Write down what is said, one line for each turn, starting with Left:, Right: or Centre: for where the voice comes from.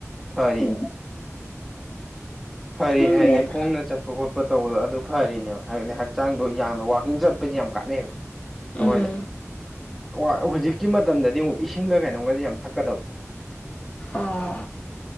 Centre: ꯐꯔꯤꯅꯤ
Left: ꯎꯝ
Centre: ꯐꯔꯤꯅꯤ
Left: ꯈꯪꯗꯦꯗ
Centre: ꯍꯥꯏꯗꯤ ꯈꯣꯡꯅ ꯆꯠꯄ ꯆꯠꯄ ꯈꯣꯠꯄ ꯇꯧꯕꯗ ꯑꯗꯨ ꯐꯔꯤꯅꯦꯕ ꯍꯥꯏꯕꯗꯤ ꯍꯛꯆꯥꯡꯗꯣ ꯌꯥꯝꯅ ꯋꯥꯋꯀꯤꯡ ꯆꯠꯄꯖꯦ ꯌꯥꯝ ꯀꯥꯟꯅꯩꯑꯕ ꯑꯩꯈꯣꯏꯗ
Left: ꯎꯝ
Centre: ꯍꯧꯖꯤꯛꯀꯤ ꯃꯇꯝꯗꯗꯤ ꯑꯃꯨꯛ ꯏꯁꯤꯡꯒ ꯀꯩꯅꯣꯝꯒꯁꯦ ꯌꯥꯝ ꯊꯛꯀꯗꯕ
Left: ꯑꯣ